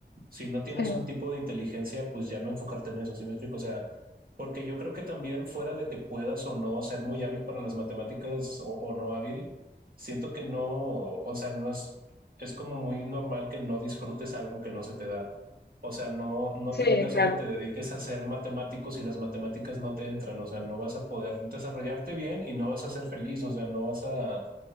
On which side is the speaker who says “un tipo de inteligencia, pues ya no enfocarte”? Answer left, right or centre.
Right